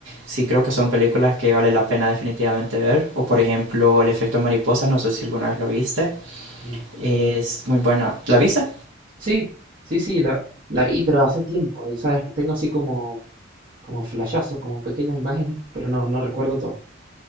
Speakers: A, on the right; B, on the right.
A: sí creo que son películas que vale la pena definitivamente ver. O por ejemplo, El Efecto Mariposa, no sé si alguna vez lo viste.
B: Mm.
A: Es muy buena. ¿La viste?
B: Sí, sí, sí, la, la vi, pero hace tiempo, y sabes, tengo así como, como flashazos, como pequeñas imágenes, pero no, no recuerdo todo.